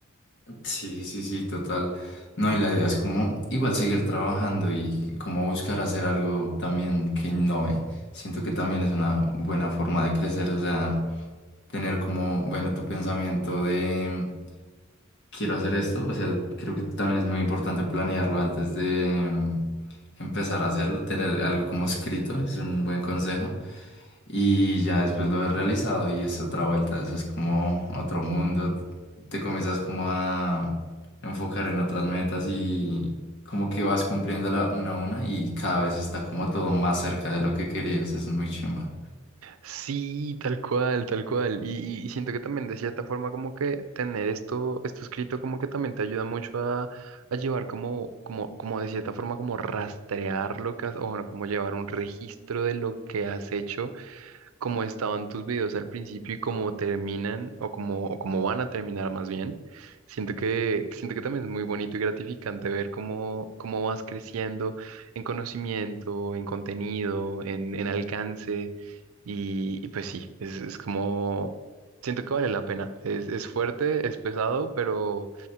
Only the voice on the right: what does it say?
Sí, tal cual, tal cual. Y, y- y siento que también de cierta forma como que tener esto, esto escrito como que también te ayuda mucho a, a llevar como, como, como de cierta forma como rastrear lo que has, o bueno, como llevar un registro de lo que has hecho, cómo estaban tus videos al principio y cómo terminan o cómo, o cómo van a terminar más bien. Siento que, siento que también es muy bonito y gratificante ver cómo, cómo vas creciendo en conocimiento, en contenido, en, en alcance. Y, y pues sí, es, es como, siento que vale la pena. Es, es fuerte, es pesado, pero,